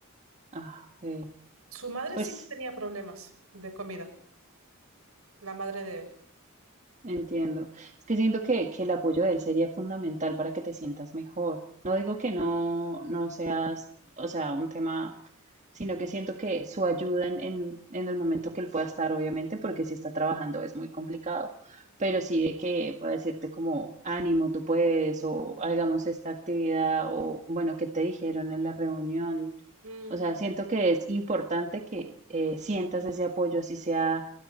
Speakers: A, on the right; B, on the right.
A: Ah, ok.
B: Su madre
A: Pues
B: sí que tenía problemas de comida. La madre de él.
A: entiendo. Es que siento que, que el apoyo de él sería fundamental para que te sientas mejor. No digo que no, no seas, o sea, un tema, sino que siento que su ayuda en, en, en el momento que él pueda estar, obviamente, porque si está trabajando es muy complicado, pero sí de que pueda decirte como, ánimo, tú puedes, o hagamos esta actividad, o bueno, ¿qué te dijeron en la reunión?
B: Mm,
A: O sea, siento que es importante que eh, sientas ese apoyo, así sea